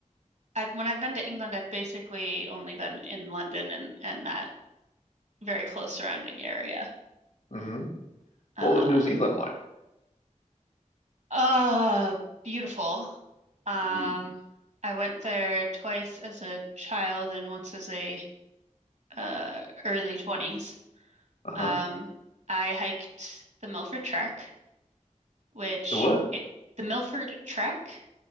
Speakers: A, on the right (about 65°); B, on the left (about 70°).
A: I've when I've been to England, I've basically only been in London and and that very close surrounding area.
B: Mm-hmm.
A: Uh,
B: What was New Zealand like?
A: uh, beautiful. Um,
B: Mm.
A: I went there twice as a child and once as a uh early 20s.
B: Uh-huh.
A: Um, I hiked the Milford Trek, which
B: The what?
A: it, the Milford Trek